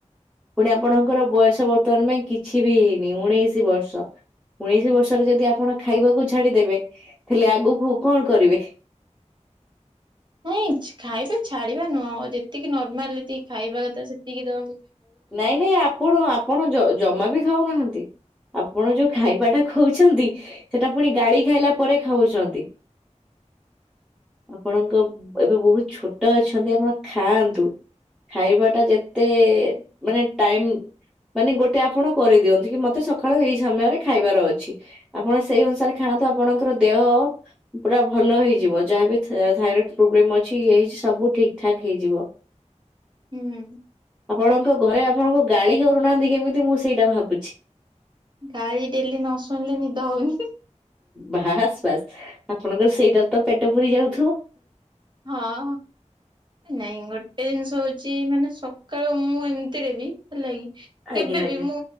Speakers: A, in the centre; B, on the right (about 40°).
A: ପୁଣି ଆପଣଙ୍କର ବୟସ ବର୍ତ୍ତମାନ ପାଇଁ କିଛି ବି ହେଇନି ଉଣେଇଶି ବର୍ଷ। ଉଣେଇଶ ବର୍ଷରେ ଯଦି ଆପଣ ଖାଇବାକୁ ଛାଡିଦେବେ, ତାହଲେ ଆଗକୁ କଣ କରିବେ?
B: ନାଇଁ ଖାଇବା ଛାଡିବା ନୁହଁ, ଆଉ ଯେତିକି ନର୍ମାଲ ଯେତିକି ଖାଇବା କଥା ସେତିକି ଦ
A: ନାଇଁ ନାଇଁ ଆପଣ ଆପଣ ଜ-ଜମା ବି ଖାଉନାହାନ୍ତି। ଆପଣ ଯୋଉ ଖାଇବାଟା ଖାଉଛନ୍ତି, ସେଟା ପୁଣି ଗାଳି ଖାଇଲା ପରେ ଖାଉଛନ୍ତି। ଆପଣଙ୍କ ଏବେ ବହୁତ ଛୋଟ ଅଛନ୍ତି ଆପଣ ଖାଆନ୍ତୁ। ଖାଇବା ଟା ଯେତେ ମାନେ ଟାଇମ ମାନେ ଗୋଟେ ଆପଣ କରିଦିଅନ୍ତି କି ମତେ ସକାଳୁ ଏଇ ସମୟରେ ଖାଇବାର ଅଛି ଆପଣ ସେଇ ଅନୁସାରେ ଖା ଆପଣଙ୍କର ଦେହ ପୁରା ଭଲ ହେଇଯିବ, ଯାହାବି ଥା-ଥାଇରଡ ପ୍ରୋବ୍ଲେମ ଅଛି ଇଏ ହେଇଛି ସବ ସବୁ ଠିକ୍ ଠାକ ହେଇଯିବ।
B: ହୁଁ।
A: ଆପଣଙ୍କ ଘରେ ଆପଣଙ୍କୁ ଗାଳି କରୁନାହାନ୍ତି କେମିତି ମୁଁ ସେଇଟା ଭାବୁଛି।
B: ଗାଳି ଡେଲି ନ ଶୁଣିଲେ ନିଦ ହଉନି।
A: ବାସ୍ ବାସ୍ ଆପଣଙ୍କର ସେଇଟାରେ ତ ପେଟ ପୁରି ଯାଉ
B: ହଁ ନାଇଁ ଗୋଟେ ଜିନିଷ ହ ହଉଛି ମାନେ ସକାଳୁ ମୁଁ ଏମିତିରେ ବି ହେଲାକି କେବେବି
A: ଆଜ୍ଞା ଆଜ୍ଞା
B: ମୁଁ